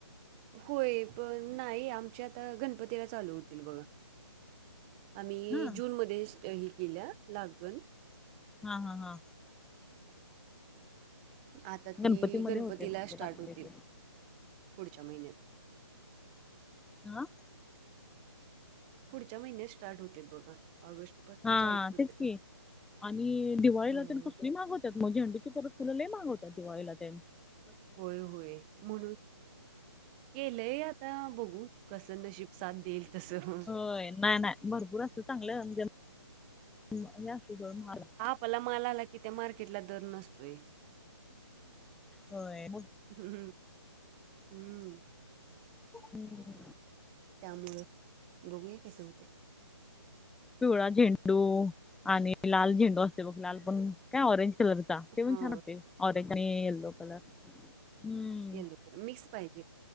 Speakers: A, on the right (about 20°); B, in the centre.
A: होय पण नाही आमच्यात गणपतीला चालू होतील बघा. आम्ही
B: हा
A: जूनमध्येच हे केल्या लागण.
B: हा हा हा.
A: आता ती
B: गणपतीमध्ये
A: गणपतीला
B: होते मग ते
A: स्टार्ट
B: लागतय
A: होतील
B: ते.
A: पुढच्या महिन्यात
B: हा.
A: पुढच्या महिन्यात स्टार्ट <unintelligible> बघा ऑगस्ट पासून
B: हा
A: चालू होते
B: तेच की आणि दिवाळीला
A: हा
B: तर कसली महाग मग झेंडूची फुल लय मागवतात दिवाळीला त्या
A: होय होय. म्हणून केलंय आता बघू कस नशीब साथ देईल. तसं
B: होय नाही नाही भरपूर असत चांगलं म्हणजे हे असत जळ मल
A: पला माल आला की त्या मार्केटला दर नसतोय.
B: होय.
A: हम्म हम्म.
B: हम्म.
A: त्यामुळे बघूया कसे होते.
B: पिवळा झेंडू आणि लाल झेंडू असते बघ लाल पण काय ऑरेंज कलर ते पण
A: हा
B: छान असते ऑरेंज आणि येल्लो कलर हम्म
A: येलो कलर मिक्स पाहिजे.